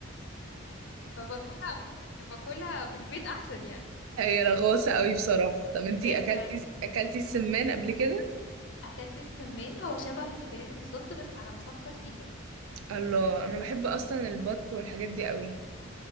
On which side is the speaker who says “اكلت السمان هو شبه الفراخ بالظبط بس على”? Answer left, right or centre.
Left